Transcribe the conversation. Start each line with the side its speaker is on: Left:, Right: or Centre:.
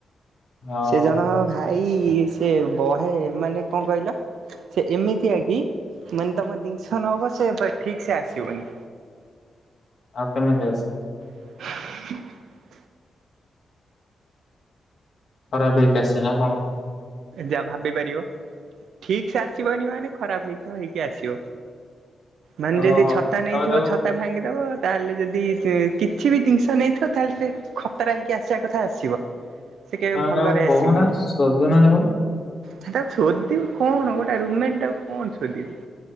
Left: ଓହୋ
Right: ସେ ଜଣକ ଖା ଏଇ ସେ ବହେ ଏମାନେ କଣ କହିଲ ସେ ଏମିତି ଆ କି ମାନେ ତମ ଦିିନସ ନଵ ସେ ଠିକ ସେ ଆସିବନି।
Left: ଆଉ କେମିତି ଆସେ।
Right: <unintelligible>
Left: ଖରାପ ହେଇକି ଆସିଛି ନା କଣ?
Right: ଯାହା ଭାବି ପାରିବ ଠିକ ସେ ଆସିବନି ମାନେ ଖରାପ ହେଇକ ହେଇକି ଆସିବ। ମାନେ
Left: ଓହୋ
Right: ଯଦି ଛତା ନେଇଥିବ
Left: ତମେ ତାକୁ
Right: ଛତା ଭାଙ୍ଗିଦବ। ତାହେଲେ ଯଦି କିଛି ବି ଜିନିଷ ନେଇଥିବ ତାହେଲେ ସେ ଖତରା ହେଇକି ଆସିବା କଥା ଆସିବ ସେ କେବେ
Left: ହ
Right: ଭଲରେ
Left: ଆଉ
Right: ଆସିବନି।
Left: କହୁନା ସୋଧୁନା ତାକୁ।
Right: ତାକୁ ସୋଦିବୁ କଣ ଗୋଟେ ରୁମମେଣ୍ଟଟାକୁ କଣ ସୋଦିବୁ।